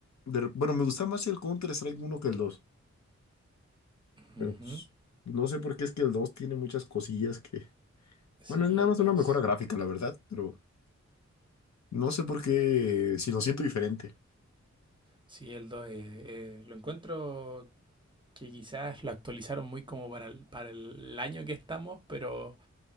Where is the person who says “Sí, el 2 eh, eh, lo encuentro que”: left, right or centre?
Right